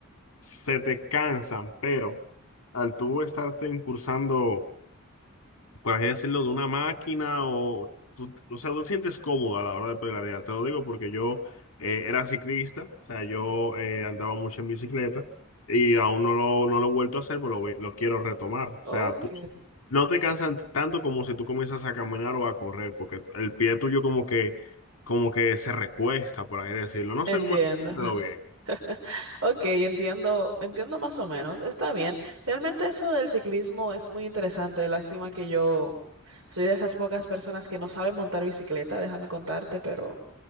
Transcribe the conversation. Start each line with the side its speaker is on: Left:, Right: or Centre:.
Left: se te cansan, pero al tú estarte impulsando por así decirlo, de una máquina o, tú, o sea, tú te sientes cómodo a la hora de pedalear. Te lo digo porque yo eh, era ciclista, o sea, yo eh, andaba mucho en bicicleta y aún no lo, no lo he vuelto a hacer, pero lo, voy- lo quiero retomar. O
Right: Ok,
Left: sea, tú no te cansan tanto como si tú comienzas a caminar o a correr, porque el pie tuyo como que, como que se recuesta, por así decirlo. No
Right: entiendo.
Left: sé cómo explicártelo
Right: <laughs>
Left: bien.
Right: Ok, entiendo, entiendo más o menos. Está bien. Realmente eso del ciclismo es muy interesante. Lástima que yo soy de esas pocas personas que no saben montar bicicleta, déjame contarte, pero